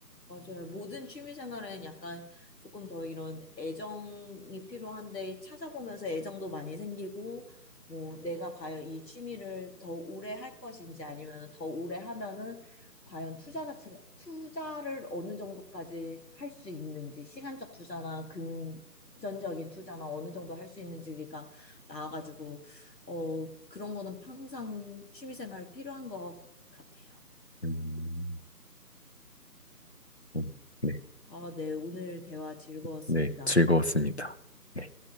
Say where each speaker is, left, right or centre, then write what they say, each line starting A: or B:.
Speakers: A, on the left; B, on the left.
A: 맞아요. 모든 취미생활은 약간 조금 더 이런 애정이 필요한데 찾아보면서 애정도 많이 생기고 뭐 내가 과연 이 취미를 더 오래 할 것인지 아니면 더 오래 하면은 과연 투자 자체가 투자를 어느 정도까지 할 수 있는지 시간적 투자나 금전적인 투자나 어느 정도 할 수 있는지가 나와가지고 어 그런 거는 항상 취미생활 필요한 것 같아요.
B: 음, 음, 네,
A: 아, 네. 오늘 대화 즐거웠습니다.
B: 네, 즐거웠습니다. 네.